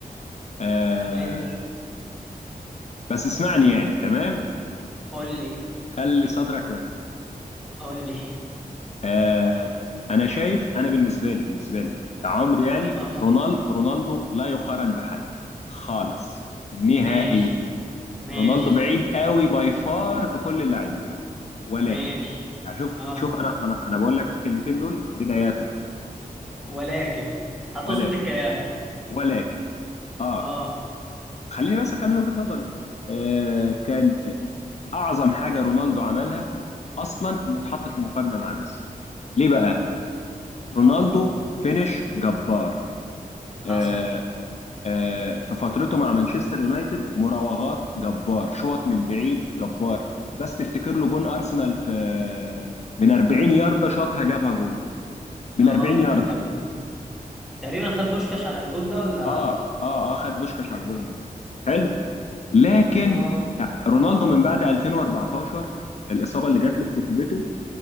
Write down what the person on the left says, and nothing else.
آه
بس اسمعني يعني تمام
خلي صدرك واسع
آه انا شايف انا بالنسبه لي بالنسبه لي كعمر يعني
رونالد رونالدو لا يقارن بحد خالص نهائيا
رونالدو بعيد قوي باي فار بكل اللاعبين ولكن
يعني شوف
شوف انا انا انا بقول لك الكلمتين دول بدايه لكن
ولكن
ولكن اه
خليني بس اكمل وجهه نظري آه كان آه، اعظم حاجه رونالدو عملها اصلا انه اتحط في مقارنه مع ميسي ليه بقى
رونالدو فينش جبار
آه، آه، في فترته مع مانشستر يونايتد مراوغات جبار شوط من بعيد جبار بس تفتكر له جون ارسنال في من 40 يارده شاطها جابها جون من
40 يارده
اه اه اه خد بوشكاش على الجون ده حلو لكن
رونالدو
من بعد 2014 الاصابه اللي جات له في ركبته